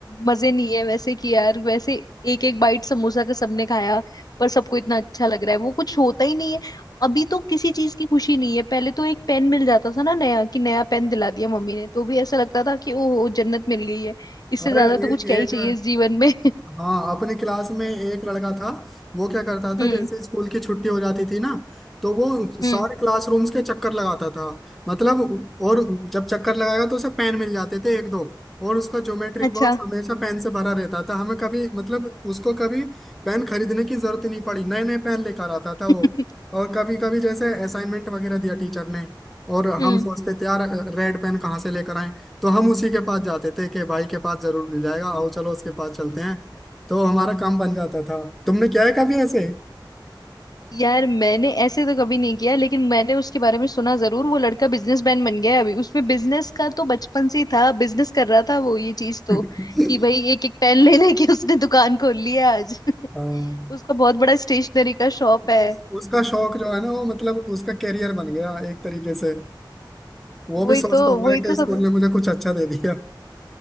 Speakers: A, on the left; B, in the centre.
A: मजे नहीं है वैसे कि यार वैसे एक एक बाइट समोसा का सबने खाया पर सबको इतना अच्छा लग रहा है वो कुछ होता ही नहीं है अभी तो किसी चीज की खुशी नहीं है पहले तो एक पेन मिल जाता था ना नया कि नया पेन दिला दिया मम्मी ने तो भी ऐसा लगता था कि ओहो जन्नत मिल गई है इससे
B: अरे
A: ज्यादा तो
B: ए,
A: कुछ क्या ही
B: एक
A: चाहिए इस जीवन में
B: हाँ अपने क्लास में एक लड़का था वो क्या करता
A: <laughs>
B: था
A: हम्म
B: जैसे स्कूल की छुट्टी हो जाती थी ना तो वो सारे
A: हम्म
B: क्लासरूम्स के चक्कर लगाता था मतलब और जब चक्कर लगाएगा तो उसे पेन मिल जाते थे एक दो और उसका ज्योमेट्रिक
A: अच्छा
B: बॉक्स हमेशा पेन से भरा रहता था हमें कभी मतलब उसको कभी पेन खरीदने की जरूरत ही नहीं पड़ी नए नए पेन लेकर आता था
A: <laughs>
B: वो और कभी कभी जैसे असाइनमेंट वगैरह दिया टीचर ने और
A: हम्म
B: हम सोचते थे यार रेड पेन कहाँ से लेकर आए तो हम उसी के पास जाते थे कि भाई के पास जरूर मिल जाएगा आओ चलो उसके पास चलते हैं तो हमारा काम बन जाता था तुमने किया है कभी ऐसे
A: यार मैंने ऐसे तो कभी नहीं किया लेकिन मैंने उसके बारे में सुना जरूर वो लड़का बिजनेसमैन बन गया है अभी उसमें बिजनेस का तो बचपन से ही था बिजनेस कर रहा था वो ये चीज तो
B: <laughs>
A: कि भाई एक एक पेन ले लेके <laughs> उसने दुकान खोल ली है आज <laughs>
B: हाँ
A: उसका बहुत बड़ा स्टेशनरी का शॉप है
B: उस- उसका शौक जो है ना वो मतलब उसका करियर बन गया एक तरीके से वो
A: वही
B: भी सोचता
A: तो
B: हूँ
A: वही
B: मैं कि
A: तो
B: स्कूल
A: सब
B: ने मुझे कुछ अच्छा दे दिया